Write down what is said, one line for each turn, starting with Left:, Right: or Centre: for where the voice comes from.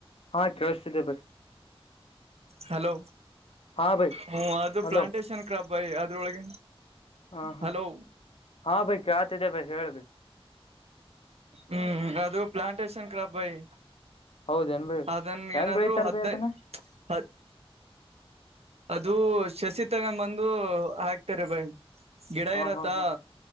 Left: ಹಾ ಕೇೇಳಿಸತಿದ್ದೆ ಬೈ
Right: ಹಲೋ
Left: ಹಾ ಬೈ
Right: ಹ ಅದು
Left: ಹಲೋ
Right: ಪ್ಲಾಂಟೇಶನ್ ಕ್ರಾಬ್ ಅದ್ರೊಳಗೆ
Left: ಹಾ ಹಾ
Right: ಹಲೋ
Left: ಹಾ ಬೈ ಕೇಳತಿದ್ದೆ ಬೈ ಹೇಳ ಬೈ
Right: ಹ್ಮ್ ಅದು ಪ್ಲಾಂಟೇಶನ್ ಕ್ಲಬ್ ಬಾಯ್
Left: ಹೌದೇನ್ ಬೈ
Right: ಅದನ್
Left: ಹೆಂಗ್
Right: ಏನಾದ್ರು
Left: ಬೆಳಿತಾರ
Right: ಹದ್
Left: ಬೈ ಅದನ್ನ
Right: ಹತ್ ಅದು ಶಸಿ ತಗೊ ಬಂದು ಹಾಕ್ತಾರೆ ಬಾಯಿ ಗಿಡ
Left: ಹಾ
Right: ಇರತ್ತಾ
Left: ಹಾ ಹಾ